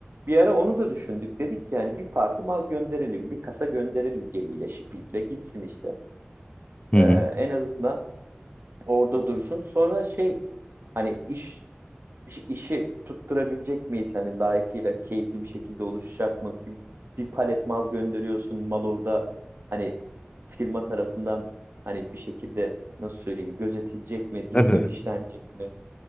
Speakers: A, on the right (about 70°); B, on the left (about 25°).
A: Bir ara onu da düşündük. Dedik ki yani bir parti mal gönderelim, bir kasa gönderelim gemiyle, shippingle gitsin işte.
B: Hı
A: Ee,
B: hı.
A: en azından orada dursun. Sonra şey hani iş iş- işi tutturabilecek miyiz? Hani layıkıyla keyifli bir şekilde oluşacak mı? Bir, bir palet mal gönderiyorsun. Mal orada hani firma tarafından hani bir şekilde nasıl söyleyeyim gözetilecek mi? Düzgün
B: Evet.
A: işlenecek mi?